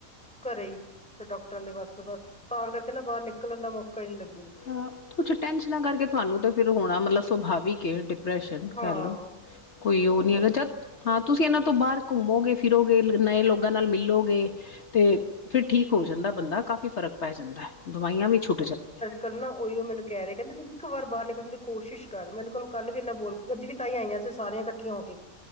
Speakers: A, in the centre; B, on the left.
A: ਘਰੇ ਈ ਤੇ ਡਾਕਟਰਾਂ ਦੇ ਬਸ, ਬਸ ਤਾਂ ਕਰਕੇ ਨਾ ਬਾਰ ਨਿਕਲਨ ਦਾ ਮੌਕਾ ਈ ਨੀ ਲੱਗਿਆ।
B: ਹਾਂ ਕੁਛ ਟੈਂਸ਼ਨਾਂ ਕਰਕੇ ਤੁਹਾਨੂੰ ਤੇ ਫਿਰ ਹੋਣਾ ਮਤਲਬ ਸੁਭਾਵਿਕ ਏ ਡਿ ਡਿਪਰੈਸ਼ਨ
A: ਹਾਂ
B: ਕਹਿ ਲੋ, ਕੋਈ ਓਹ
A: ਕੀ
B: ਨੀ
A: ਕਰੀਏ
B: ਹੈਗਾ ਆ ਚ ਹਾਂ ਤੁਸੀਂ ਏਨਾਂ ਤੋਂ ਬਾਰ ਘੁੰਮੋਗੇ ਫਿਰੋਗੇ ਨਏ ਲੋਗਾ ਨਾਲ ਮਿਲੋਗੇ। ਤੇ ਫਿਰ ਠੀਕ ਹੋ ਜਾਂਦਾ ਬੰਦਾ, ਕਾਫ਼ੀ ਫ਼ਰਕ ਪੈ ਜਾਂਦਾ ਐ ਦਵਾਈਆਂ ਵੀ ਛੁੱਟ ਜਾਂਦੀਆਂ ਨੇ।
A: ਕਰਨਾ ਉਹੀਓ ਮੈਨੂੰ ਕਹਿ ਰਿਹਾ ਕਹਿੰਦੇ, ਇੱਕ ਵਾਰ ਬਾਹਰ ਨਿਕਣ ਦੀ, ਕੋ ਕੋਸ਼ਿਸ਼ ਕਰ ਮੈਨੂੰ ਕੋਲ ਕੱਲ ਵੀ ਇੰਨਾ ਬੋਲ ਕੇ, ਅੱਜ ਵੀ ਤਾਂਈ ਆਈਆਂ ਸੀ, ਸਾਰੀਆਂ ਇਕੱਠੀਆਂ ਹੋ ਕੇ।